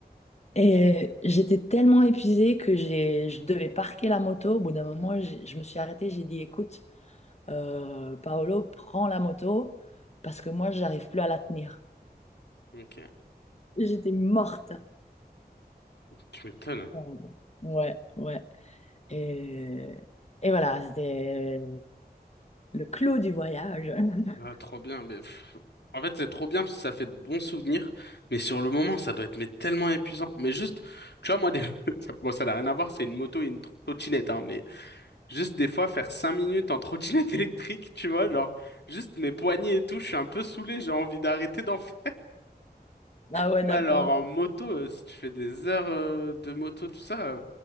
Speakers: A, on the left; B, on the left.
A: Et j'étais tellement épuisée que j'ai, je devais parquer la moto. Au bout d'un moment, j'ai- je me suis arrêtée, j'ai dit, écoute, euh, Paolo, prends la moto parce que moi j'arrive plus à la tenir.
B: Ok.
A: J'étais morte.
B: Tu m'étonnes.
A: Oh, Ouais, ouais. Et, et voilà, c'était le clou du voyage. <laughs>
B: Ah, trop bien. Mais... pff, En fait, c'est trop bien parce que ça fait de bons souvenirs. Mais sur le moment, ça doit être mais, tellement épuisant. Mais juste, tu vois, moi, des... <laughs> ça- bon, ça n'a rien à voir. C'est une moto et une trottinette, hein, mais... Juste des fois faire 5 minutes en trottinette <laughs> électrique, tu vois, genre juste mes poignets et tout, je suis un peu saoulé, j'ai envie d'arrêter d'en faire. <laughs>
A: Ah ouais,
B: Mais
A: d'accord.
B: alors en moto, euh, si tu fais des heures euh, de moto, tout ça, euh,